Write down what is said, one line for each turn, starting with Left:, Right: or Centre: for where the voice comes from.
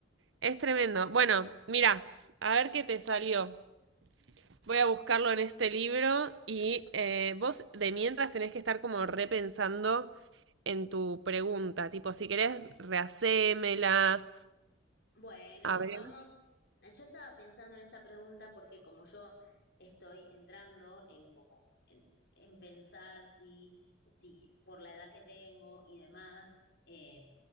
Right: es tremendo. Bueno, mira, a ver qué te salió. Voy a buscarlo en este libro y eh, vos de mientras tenés que estar como repensando en tu pregunta, tipo si querés rehacémela.
Left: Bueno,
Right: A ver.
Left: vamos. Yo estaba pensando en esta pregunta porque como yo estoy entrando en como en, en pensar si, si por la edad que tengo y demás, eh,